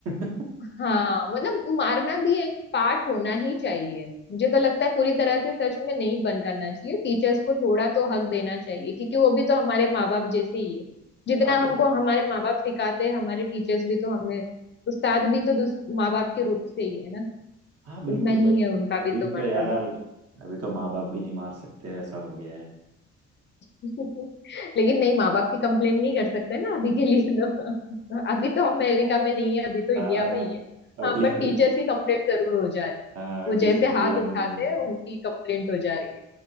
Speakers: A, on the right (about 55°); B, on the left (about 35°).
A: <laughs>
B: हाँ मतलब मारना भी एक पार्ट होना ही चाहिए मुझे तो लगता है पूरी तरह से सच में नहीं बंद करना चाहिए टीचर्स को थोड़ा तो हक देना चाहिए क्योंकि वो भी तो हमारे माँ बाप जैसे ही है जितना
A: हाँ बिल्कुल
B: हमको हमारे माँ बाप सिखाते हैं हमारे टीचर्स भी तो हमें उस्ताद भी तो दूस- माँ बाप के रूप से ही है ना
A: हाँ बिल्कुल
B: उतना ही
A: बट
B: है उनका
A: अभी
B: भी तो
A: तो
B: मर्तबा
A: यार अभी तो माँ बाप भी नहीं मार सकते ऐसा हो गया
B: <laughs> लेकिन नहीं माँ बाप की कंप्लेंट नहीं कर सकते ना अभी के लिए तो <laughs> अभी तो अमेरिका
A: है
B: में नहीं है अभी तो इंडिया
A: हाँ
B: में ही है
A: एटलीस्ट
B: हाँ बट टीचर्स की कंप्लेंट जरूर हो जा रही है
A: एटलीस्ट
B: वो जैसे
A: इंडिया
B: हाथ उठाते
A: में ये नहीं
B: हैं उनकी कंप्लेंट हो जा रही है